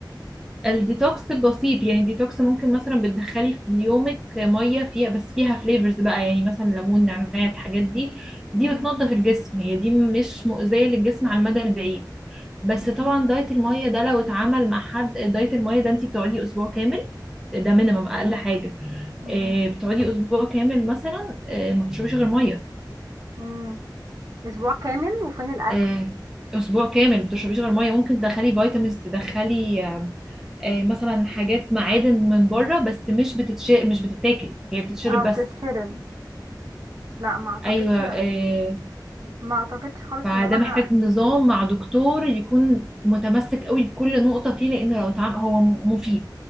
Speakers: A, in the centre; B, on the right (about 45°).
A: الديتوكس بسيط يعني ديتوكس ممكن مثلا بتدخلي في يومك ميه فيها بس فيها فليفرز بقى يعني مثلا ليمون نعناع الحاجات دي دي
B: مم.
A: بتنظف الجسم هي دي مش مؤذيه للجسم على المدى البعيد بس
B: مم.
A: طبعا دايت الميه ده لو اتعمل مع حد دايت الميه ده انت بتقعدي اسبوع كامل ده مينيمم اقل حاجه
B: مم.
A: آه، بتقعدي اسبوع كامل مثلا آه، ما بتشربيش غير ميه
B: مم. اسبوع كامل وفين الاكل
A: آه، اسبوع كامل ما بتشربيش غير ميه ممكن تدخلي فيتامينز تدخلي آه، مثلا حاجات معادن من بره بس مش بتتش مش بتتاكل هي بتتشرب
B: اه بتتشرم
A: بس
B: لا ما اعتقدش
A: ايوه آه،
B: ما اعتقدش خالص
A: فده
B: ان انا ه...
A: محتاج نظام مع دكتور يكون متمسك قوي بكل نقطة فيه لأنه لو اتعامل هو مفيد